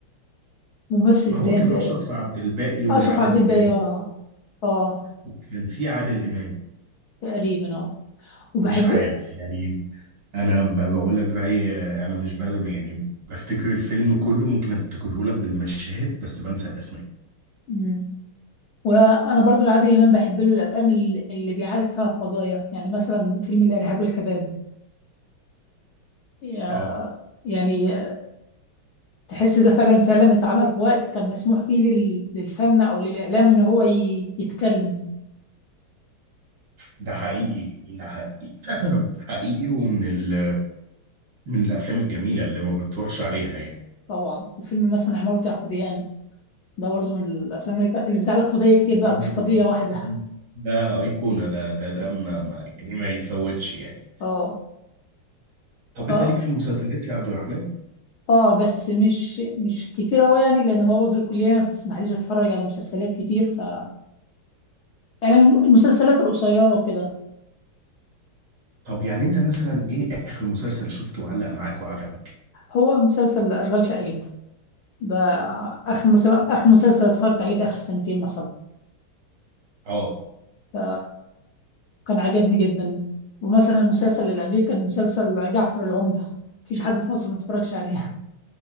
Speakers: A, on the left (about 70°); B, on the right (about 55°).
A: ممثل
B: هو
A: تاني
B: كان
A: تق-
B: أشرف عبد الباقي وعادل
A: اشرف عبد الباقي
B: إمام
A: اه اه
B: وكان في عادل إمام
A: تقريبا اه وبحب
B: مش عارف يعني أنا ب- بقول لك زي آه، أنا مش بادم يعني بفتكر الفيلم كله ممكن أفتكره لك بالمشاهد بس بنسى الأسماء
A: مم. وانا برضو العادل امام بحب له الافلام اللي اللي بيعالج فيها قضايا يعني مثلا فيلم الارهاب والكباب يا-
B: اه
A: يعني تحس ده فعلا فعلا اتعمل في وقت كان مسموح فيه لل- للفن او للاعلام ان هو ي- يتكلم
B: ده حقيقي ده حقيقي <laughs> حقيقي ومن ال من الأفلام الجميلة اللي ما بتروحش عليها يعني
A: طبعا وفيلم مثلا عمارة يعقوبيان ده برضه من الافلام اللي اللي بتعلق قضيه كتير
B: مم.
A: بقى مش قضيه واحده
B: ده أيقونة ده ده ده ما ما- يعني ما يتفوتش يعني
A: اه
B: طب
A: اه
B: أنت ليك في المسلسلات يا عبد الرحمن؟
A: اه بس مش مش كتير قوي يعني لان هو برضه الكليه ما بتسمحليش اتفرج على مسلسلات كتير ف يعني الم- المسلسلات القصيره وكده
B: طب يعني أنت مثلا إيه آخر مسلسل شفته وعلق معاك وعجبك؟
A: هو مسلسل اشغال شاقه جدا ده اخر مثلا اخر مسلسل اتفرجت عليه في اخر سنتين مثلا
B: اه
A: ف كان عجبني جدا ومثلا المسلسل اللي قبليه كان مسلسل جعفر العمده مفيش حد في مصر ما اتفرجش عليه